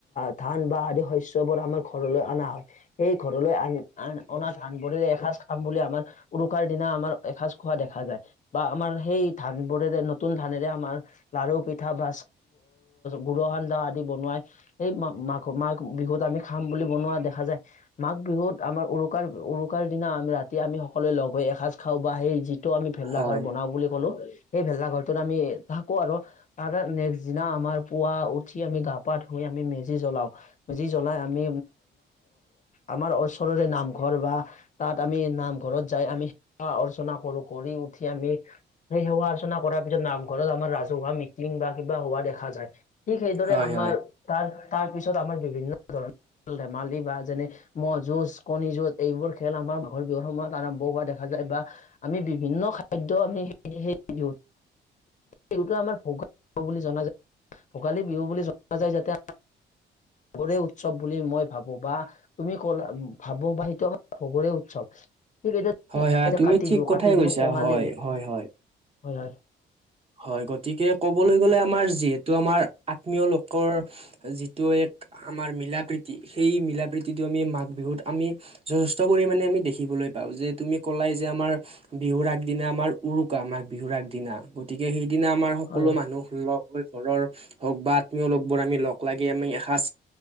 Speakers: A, on the left (about 40°); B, on the right (about 30°).
A: ধান ধান বা আদি শস্যবোৰ আমাৰ ঘৰলৈ অনা হয় সেই ঘৰলৈ আনি আনা ধানবোৰে এসাঁজ বা বুলি আমাৰ উৰুকাৰ দিনা আমাৰ এসাঁজ খোৱা দেখা যায় বা আমাৰ সেই ধান বোৰেৰে নতুন ধান মৰে আমাৰ লাৰু পিঠা ভচ গুৰ সান্দহ আদি বনোৱাই স মাঘ মাঘ বিহুত আমি খাম বুলি বনোৱা দেখা যায় মাঘ বিহুত আমাৰ উৰুকাত উৰুকাৰ দিনা আমি ৰাতি আমি সকলোৱে লগ হৈ এসাঁজ খাওঁ বা সেই যিটো আমি ভেলা
B: হয়
A: ঘৰ বনাও বুলি ক'লো সেই ভেলাঘৰটোত আমি থাকো আৰু তাৰ নেক্সট দিনা আমাৰ পুৱা উঠি আমি গা পা ধুই আমি মেজ জলাও মেজি জলাই আমি আমাৰ ওচৰৰে নামঘৰ বা তাত আমি নামঘৰত যাই আমি সেৱা অৰ্চনা কৰো কৰি উঠি আমি সেই সেৱা অৰ্চনা কৰা নামঘৰত, আমাৰ ৰাজহুৱা মিটিং বা কিবা হোৱা দেখা যায়। ঠিক সেইদৰে,
B: হয়
A: আমাৰ তাৰ তাৰ পিছত আমাৰ, বিভিন্ন ধৰণৰ ধেমালি বা যেনে মহ' যুঁজ, কণী যুঁজ, এইবোৰ খেল আমাৰ মাঘৰ বিহুৰ সময়ত, আৰম্ভ হোৱা দেখা যায়। বা, আমি বিভিন্ন খাদ্য, আমি <unintelligible> সেই বিহু
B: <inaudible>
A: বিহুটো আমাৰ, ভোগালী বিহু বুলি জনা যায়। ভোগালী বিহু বুলি জনা যায়, যাতে
B: <inaudible>
A: আগৰে উৎসৱ বুলি মই ভাবো, বা তুমি কলা ভাবো বা, সেইটো আমাৰ সবৰে উৎসৱ। ঠিক
B: হয় হয় তুমি
A: <unintelligible> কাতি
B: ঠিক
A: বিহু,
B: কথাই
A: কাতি বিহু
B: কৈছা
A: কঙালী
B: হয়
A: হয়-হয়।
B: হয় হয় হয়, গতিকে ক'বলৈ গ'লে আমাৰ জে টো আমাৰ আত্মীয় লোকৰ, যিটো এক, আমাৰ মিলা প্ৰীতি। সেই মিলা প্ৰীতি প্ৰতিটো আমি, মাঘ বিহুত আমি যথেষ্ট পৰিমাণে আমি দেখিবলৈ পাওঁ। যে' তুমি ক'লাই যে আমাৰ, বিহুৰ আগদিনা আমাৰ উৰুকা। মাঘ বিহুৰ আগদিনা, গতিকে সেইদিনা আমাৰ সকলো
A: হয়
B: মানুহ, লগ হৈ ঘৰৰ, হওক বা আত্মীয় লগবোৰ আমি লগ লাগি আমি এসাঁজ,